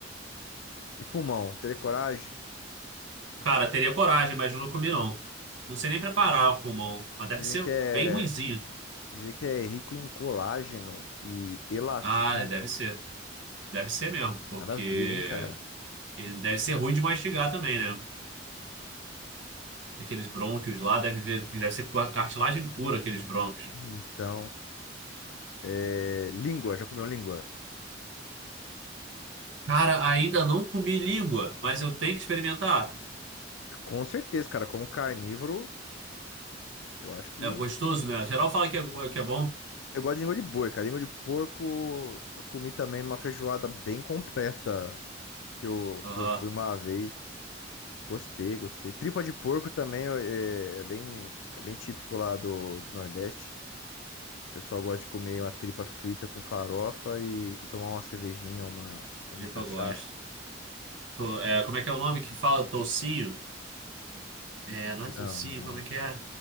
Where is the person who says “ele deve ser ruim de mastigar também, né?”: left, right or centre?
Right